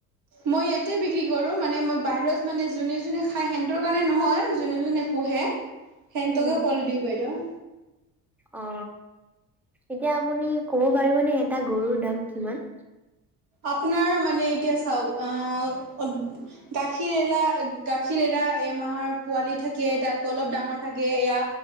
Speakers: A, on the right; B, in the centre.
A: মই ইয়াতে বিক্ৰী কৰোঁ, মানে মই বাহিৰত মানে জোনে জোনে খাই সেন্তৰ কাৰণে নহয় জোনে জোনে পোহে, সেনতকে
B: উম
A: কল দিওঁ বাইদেউ।
B: অ এতিয়া আপুনি ক'ব পাৰিবনে এটা গৰুৰ দাম কিমান?
A: আপোনাৰ মানে এতিয়া চাওক আ অত গাখ- খীৰ এলা গাখীৰ এৰা এমাহৰ পোৱালি থাকে তাক অলপ ডাঙৰ থাকে এয়া